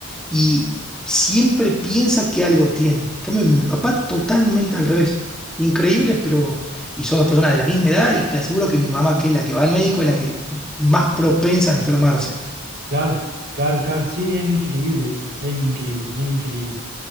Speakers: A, in the centre; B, on the right.
A: y siempre piensa que algo tiene. En cambio, mi papá totalmente al revés. Increíble, pero... Y son dos personas de la misma edad y te aseguro que mi mamá, que es la que va al médico, es la que más propensa a enfermarse.
B: claro, claro, claro, sí, es increíble eso, es increíble, es increíble.